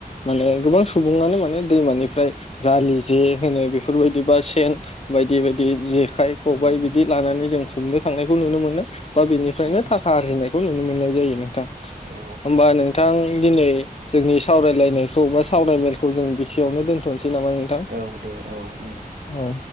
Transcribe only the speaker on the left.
माने गोबां सुबुङानो माने दैमानिफ्राय जालि जे होनो बेफोरबायदि बा सेन बायदि बायदि जे खाइ खबबाय
बिदि लानानै जों हमनो थांनायखौ नुनो मोनो बा बेनिफ्रायनो
थाखा आरजिनाय खौ नुनो मोननाय जायोनो थां
होमबा नोंथां दिनै जोंनि सावरायलायनायखौ बा सावरायमेलखौ जों बेसेयावनो दोनथनोसै नामा नोंथां
औ